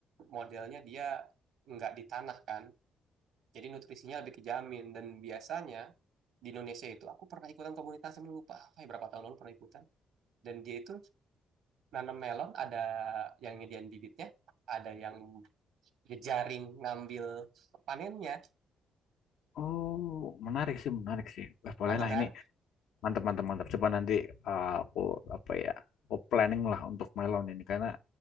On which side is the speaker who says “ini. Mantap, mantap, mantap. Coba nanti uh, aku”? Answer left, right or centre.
Left